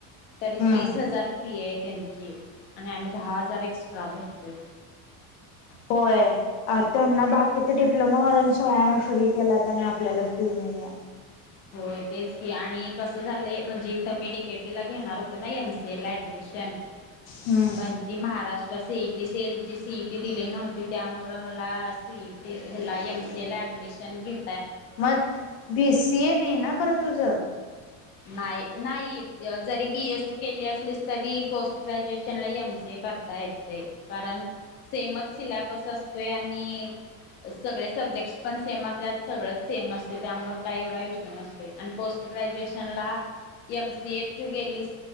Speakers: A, on the left; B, on the left.
A: तरी
B: हम्म
A: तीस हजार फी ये तेंची आणि आमी दहा हजार एक्स्ट्रा भरतोय
B: होय आ त्यांना बाकीच डिप्लोमा वाल्यांना सोळ्यांना फ्री केल्यात आणि आपल्याला फ्री नइय
A: होय तेच की आणि कसं झालंय म्हणजे इथं मी डीकेटी ला घेणार हुतो ना एमसीए ला ऍडमिशन शन
B: हम्म
A: पण ते महाराष्ट्र सीईटी सेल ची सीईटी दिली नव्हती त्यामुळे मला सीईटी हेला एम सी ए ला ऍड डमिशन घेत
B: मत बीसीए नइ ना खरं तुझ
A: नाई नाई जरी बीएस सी केली असलीस तरी पोस्ट ग्रॅज्युएशन ला एम सी ए करता येतय कारण सेमच सिलॅबस असतोय आणि सगळे सब्जेक्ट् पण सेम असत सगळच सेम असते त्यामुळे काय एवढा इश्यू नसते आणि पोस् ग्रॅज्युएशन ला एमसी ए थ्रू गेलीस